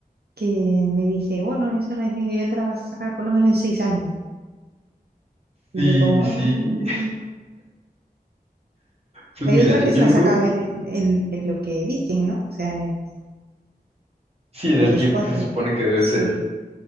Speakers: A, on the right; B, on the right.
A: que me dice, bueno, eso es la ingeniería te la vas a sacar por lo menos en seis años. Y
B: Sí,
A: yo como, bueno,
B: sí.
A: mm.
B: Pues
A: Pero
B: mira,
A: hay otra
B: yo,
A: que
B: yo
A: se la
B: algo,
A: saca a ver en, en- en lo que dicen, ¿no? O sea, en, el-
B: sí, en
A: en
B: el
A: los
B: tiempo
A: cuatro.
B: que se supone que debe
A: Sí,
B: ser.